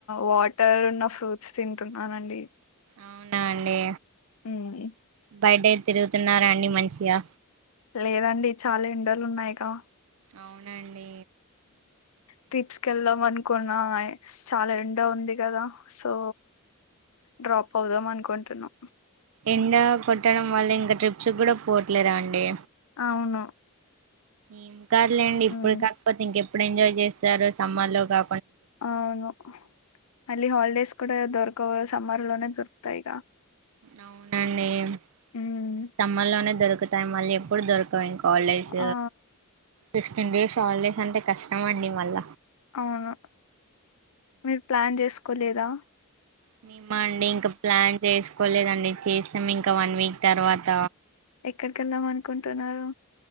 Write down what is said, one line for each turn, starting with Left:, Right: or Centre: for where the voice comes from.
Left: వాటర్ ఉన్న ఫ్రూట్స్ తింటున్నానండి.
Right: అవునా అండి.
Left: ఉమ్
Right: బయటై తిరుగుతున్నారా అండి మంచిగా?
Left: లేదండి చాలా ఎండలు ఉన్నాయిగా.
Right: అవునండి.
Left: ట్రిప్స్ కెళ్దాం అనుకున్నా, చాలా ఎండ ఉంది కదా, సో డ్రాప్ అవుదాం అనుకుంటున్నా.
Right: ఎండా కొట్టడం వల్ల, ఇంకా ట్రిప్స్ కూడా పోవట్లేరా అండి.
Left: అవును.
Right: ఏం కాద్లేండి, ఇప్పుడు
Left: ఉమ్,
Right: కాకపోతే ఇంకెప్పు ఎప్పుడు ఎంజాయ్ చేస్తారు, సమ్మర్ లోగా
Left: అవును, మళ్ళీ హాలిడేస్ కూడా దొరకవు సమ్మర్ లోనే దొరుకుతాయి ఇగ
Right: అవునన్ నేమ్
Left: ఉమ్,
Right: సమ్మర్ లోనే దొరుక్ పోతాయి మళ్ళీ ఎప్పుడు దొరకవు ఇంక హాలిడేస్
Left: ఆ
Right: ఫిఫ్టీన్ డేస్ హాలిడేస్ అంతే కష్టం అండి మళ్ళ
Left: అవును మీరు ప్లాన్ చేస్ కోలేదా
Right: మేమండి ఇంకా ప్లాన్ చేసుకోలేదండి <unintelligible> చేసాం ఇంకా వన్ వీక్ తర్వాత
Left: ఎక్కడికి ఎళ్దాం అనుకుంటున్నారు